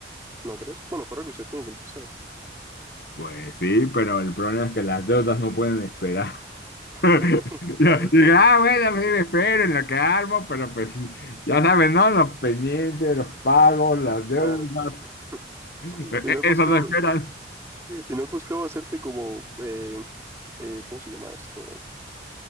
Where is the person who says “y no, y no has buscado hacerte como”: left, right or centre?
Right